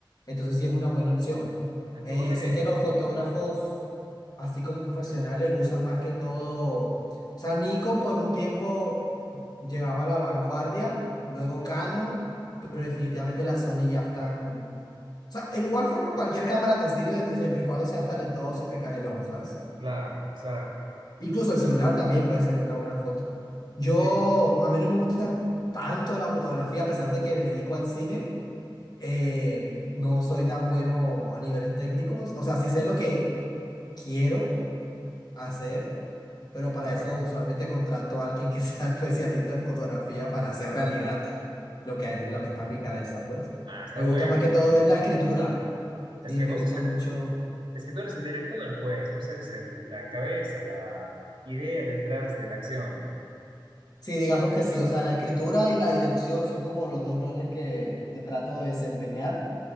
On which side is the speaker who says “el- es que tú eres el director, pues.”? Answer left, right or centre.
Right